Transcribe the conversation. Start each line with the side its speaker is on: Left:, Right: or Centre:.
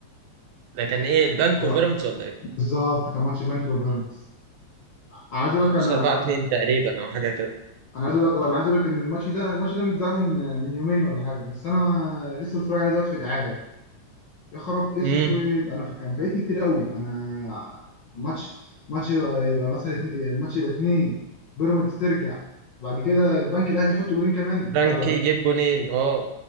Right: ده كان ايه البنك
Left: ك-
Right: وبيراميدز ولا ايه
Left: بالظبط كان ماتش بنك وبيراميدز انا عايز اقول
Right: 5
Left: لك انا
Right: 4 2 تقريبا او حاجه كده
Left: انا عايز اقول لك انا عايز اقول لك ان الماتش ده الماتش ده متذاع من من يومين ولا حاجه بس انا لسه بتفرج عليه دلوقتي في الاعاده يا خراب اسود
Right: امم
Left: انا ف- كان فايتني كتير قوي انا ماتش ماتش يبقى يبقى مثلا اتنين- الماتش يبقى اتنين بيراميدز ترجع وبعد كده البنك الاهلي يحط جولين كمان
Right: بنك
Left: لا لا لا
Right: يجيب جونين اه